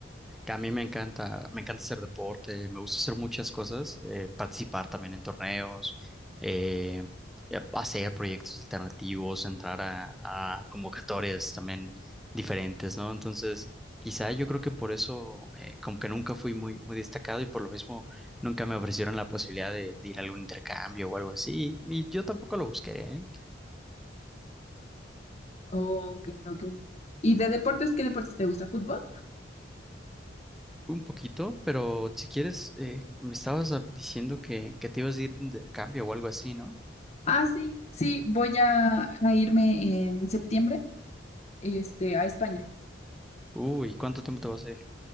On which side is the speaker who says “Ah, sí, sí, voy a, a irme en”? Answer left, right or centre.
Left